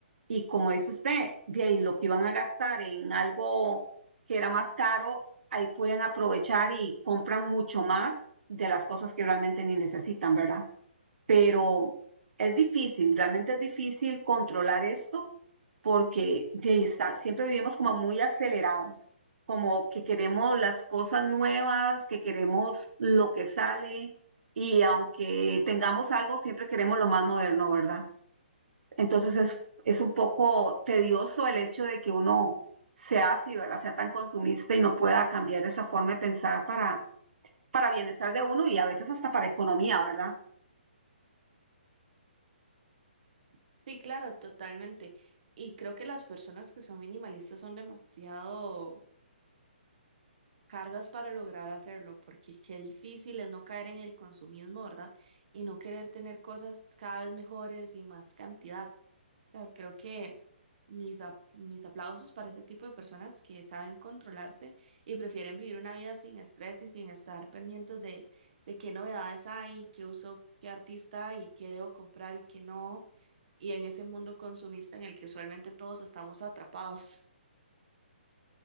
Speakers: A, on the right; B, on the right.
A: Y como dice usted, bien, y lo que iban a gastar en algo que era más caro, ahí pueden aprovechar y compran mucho más de las cosas que realmente ni necesitan, ¿verdad? pero es difícil, realmente es difícil controlar esto porque de ahí está, siempre vivimos como muy acelerados, como que queremos las cosas nuevas, que queremos lo que sale y aunque tengamos algo, siempre queremos lo más moderno, ¿verdad? Entonces es, es un poco tedioso el hecho de que uno sea así, ¿verdad? Sea tan consumista y no pueda cambiar esa forma de pensar para, para bienestar de uno y a veces hasta para economía, ¿verdad?
B: Sí, claro, totalmente. Y creo que las personas que son minimalistas son demasiado cargas para lograr hacerlo, porque qué difícil es no caer en el consumismo, ¿verdad? Y no querer tener cosas cada vez mejores y en más cantidad. O sea, creo que mis, ap- mis aplausos para ese tipo de personas que saben controlarse y prefieren vivir una vida sin estrés y sin estar pendientes de, de qué novedades hay, qué uso, qué artista y qué debo comprar y qué no y en ese mundo consumista en el que usualmente todos estamos atrapados.